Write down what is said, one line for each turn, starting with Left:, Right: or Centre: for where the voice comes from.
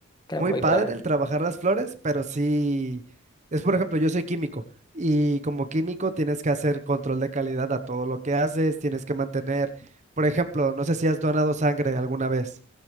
Left: Era
Right: muy
Left: muy
Right: padre
Left: grande.
Right: el trabajar las flores, pero sí, es por ejemplo, yo soy químico y como químico tienes que hacer control de calidad a todo lo que haces, tienes que mantener, por ejemplo, no sé si has donado sangre alguna vez.